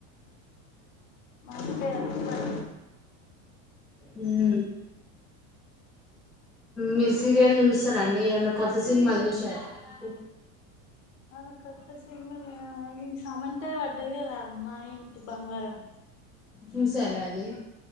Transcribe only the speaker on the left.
మనకే తప్పది
ఆ కొత్త సినిమా <unintelligible> సమంతది పడ్డది కదా మా ఇంటి బంగారం